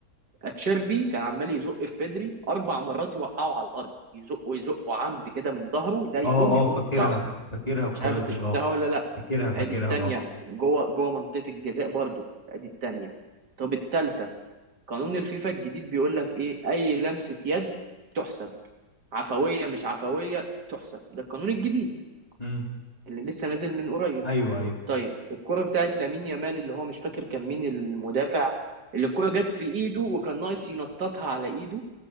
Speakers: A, on the right; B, on the left.
A: اتشيربي كان عمال يزق في بدري اربع مرات يوقعه على الارض يزقه يزقه عمد كده من ظهره ده يقوم
B: اه
A: يقوم
B: اه فاكرها
A: طخ
B: فاكرها الكرة
A: مش عارف
B: دي
A: انت شفتها
B: اه
A: ولا لا
B: فاكرها فاكرها
A: ادي التانية
B: اه
A: جوه جوه منطقة الجزاء برضو ادي التانية طب التالتة قانون الفيفا الجديد بيقول لك ايه اي لمسة يد تحسب عفوية مش عفوية تحسب ده القانون الجديد
B: <laughs> امم
A: اللي لسه نازل من قريب
B: ايوه ايوه
A: طيب الكرة بتاعت لامين يامال اللي هو مش فاكر كان مين المدافع اللي الكرة جت في ايده وكان ناقص ينططها على ايده